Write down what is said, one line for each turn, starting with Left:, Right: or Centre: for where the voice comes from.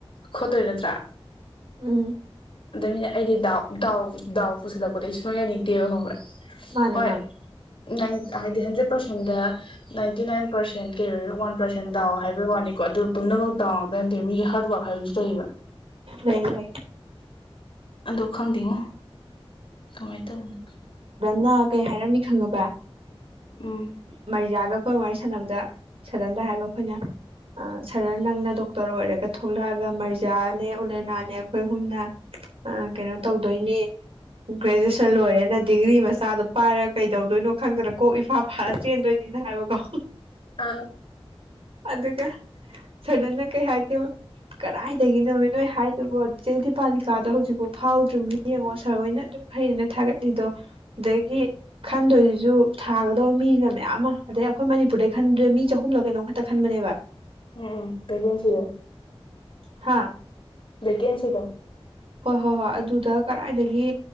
Left: ꯈꯣꯠꯇꯣꯏ ꯅꯠꯇ꯭ꯔꯥ
Right: ꯎꯝ
Left: ꯕꯅ ꯑꯩꯗꯤ ꯗꯥꯎ ꯗꯥꯎ ꯗꯥꯎ ꯄꯨꯁꯜꯂꯛꯄꯗ ꯑꯩ ꯁꯨꯡꯃꯌꯥ ꯌꯥꯅꯤꯡꯗꯦꯕ ꯈꯪꯕ꯭ꯔꯥ
Right: ꯃꯥꯅꯦ
Left: ꯍꯣꯏ
Right: ꯃꯥꯅꯦ
Left: ꯅꯪ ꯍꯥꯏꯗꯤ ꯍꯗꯦ ꯄꯁ ꯍꯗ ꯅꯥꯏꯟꯇꯤ ꯅꯥꯏꯟ ꯄꯥꯔꯁꯦꯟ ꯀꯩ ꯋꯥꯟ ꯄꯥꯔꯁꯦꯟ ꯗꯥꯎ ꯍꯥꯏꯕꯒꯤ ꯋꯥꯅꯤꯀꯣ ꯑꯗꯨ ꯇꯝꯅ ꯃꯗꯥꯗꯦꯟꯗꯤ ꯃꯤ ꯍꯔ ꯍꯥꯏꯕꯁꯨ ꯇꯩꯕ
Right: ꯂꯩ ꯂꯩ
Left: ꯑꯗ ꯈꯪꯗꯦꯉꯣ ꯀꯃꯥꯏ ꯇꯧꯕꯅ
Right: ꯅ ꯀꯩ ꯍꯥꯏꯔꯝꯃꯤ ꯈꯪꯉꯕ꯭ꯔꯥ
Left: ꯎꯝ
Right: ꯃꯩꯖꯥꯒ ꯑꯩꯈꯣꯏ ꯋꯥꯔꯤ ꯁꯥꯟꯅꯕꯗ ꯁꯗꯟꯗ ꯍꯥꯏꯕ ꯑꯩꯈꯣꯏꯅ ꯁꯗꯟ ꯅꯪꯅ ꯗꯣꯛꯇꯔ ꯑꯣꯏꯔꯒ ꯊꯣꯛꯂꯛꯑꯒ ꯃꯖꯌꯥꯅꯦ ꯎꯂꯦꯅꯥꯅꯦ ꯑꯩꯈꯣꯏ ꯍꯨꯝꯅ ꯀꯩꯅꯣ ꯇꯧꯗꯣꯏꯅꯤ ꯒ꯭ꯔꯦꯖꯨꯁ ꯆꯜ ꯂꯣꯏꯔꯦꯅ ꯗꯤꯒ꯭ꯔꯤ ꯃꯆꯥꯗꯨꯣ ꯄꯥꯏꯔꯒ ꯀꯩꯗꯧꯗꯣꯏꯅꯣ ꯈꯪꯗꯅ ꯀꯣꯛ ꯏꯐꯥ ꯚꯥꯔꯠ ꯆꯦꯟꯗꯣꯏꯅꯤꯅ ꯍꯥꯏꯕꯀꯣ
Left: ꯑ
Right: ꯑꯗꯨꯒ ꯁꯗꯟꯅ ꯀꯩ ꯍꯥꯏꯔꯀꯦꯕ ꯀꯗꯥꯏꯗꯒꯤꯅꯣꯃꯤ ꯅꯣꯏ ꯍꯥꯏꯗꯨꯕ ꯆꯦꯗꯤꯤ ꯄꯥꯂꯤꯀꯥꯗꯣ ꯍꯧꯖꯤꯛꯐꯥꯎ ꯐꯥꯎꯗ꯭ꯔꯤꯕ ꯌꯦꯡꯉꯣ ꯁꯥꯔ ꯍꯣꯏꯅ ꯑꯗꯨꯝ ꯍꯌꯦꯟꯅ ꯊꯥꯒꯠꯂꯤꯗꯣ ꯑꯗꯒꯤ ꯈꯟꯗꯣꯏꯁꯤꯁꯨ ꯊꯥꯒꯗꯧ ꯃꯤꯁꯤꯅ ꯃꯌꯥꯝ ꯑꯃ ꯑꯗꯩ ꯑꯩꯈꯣꯏ ꯃꯅꯤꯄꯨꯔꯗꯩ ꯈꯟꯗꯣꯏ ꯃꯤ ꯆꯍꯨꯝꯂꯛ ꯀꯩꯅꯣꯝꯈꯛꯇ ꯈꯟꯕꯅꯦꯕ
Left: ꯎꯝ ꯀꯩꯝ ꯁꯤꯣ
Right: ꯍꯥꯥ
Left: ꯀꯦꯟꯁꯤꯗ
Right: ꯍꯣꯏ ꯍꯣꯏ ꯍꯣꯏ ꯑꯗꯨ ꯗ ꯀꯗꯥꯏꯗꯒꯤ